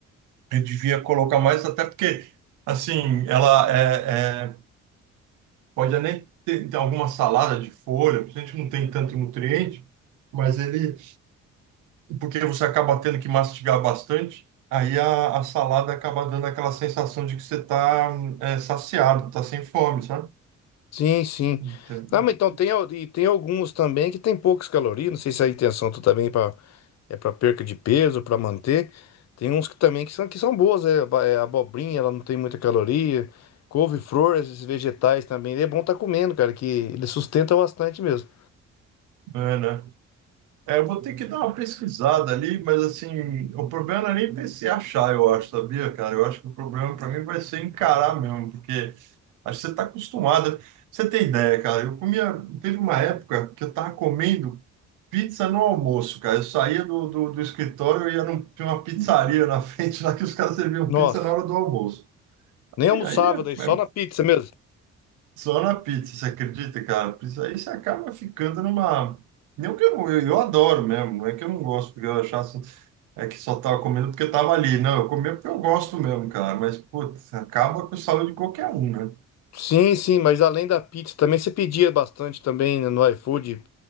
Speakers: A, on the right (about 85°); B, on the left (about 60°).
A: eu devia colocar mais, até porque assim, ela é, é Pode nem ter ter alguma salada de folha, porque a gente não tem tanto nutriente, mas ele, porque você acaba tendo que mastigar bastante, aí a, a salada acaba dando aquela sensação de que você está saciado, está sem fome, sabe?
B: Sim, sim.
A: Entendi.
B: Não, mas então tem, al- e tem alguns também que tem poucas calorias. Não sei se a intenção tu também é pra, é para perca de peso, para manter. Tem uns que também que são, que são boas, é, ba- é abobrinha, ela não tem muita caloria. Couve-flor, esses vegetais também. É bom tá comendo, cara, que ele sustenta bastante mesmo.
A: É, né? É, eu vou ter que dar uma pesquisada ali, mas assim, o problema não é nem se achar, eu acho, sabia, cara? Eu acho que o problema para mim vai ser encarar mesmo, porque acho que você está acostumada Você tem ideia, cara? Eu comia, teve uma época que eu estava comendo. Pizza no almoço, cara. Eu saía do, do, do escritório e ia num, tinha uma pizzaria na <laughs> frente lá que os caras serviam
B: Nossa,
A: pizza na hora do almoço.
B: nem
A: E
B: almoçava
A: aí é,
B: daí, só
A: é
B: na pizza mesmo.
A: só na pizza, você acredita, cara? Pizza, aí você acaba ficando numa. Não que eu, eu, eu adoro mesmo, não é que eu não gosto, porque eu achasse é que só tava comendo porque tava ali. Não, eu comia porque eu gosto mesmo, cara. Mas, putz, acaba com a saúde de qualquer um, né?
B: Sim, sim, mas além da pizza também você pedia bastante também no iFood.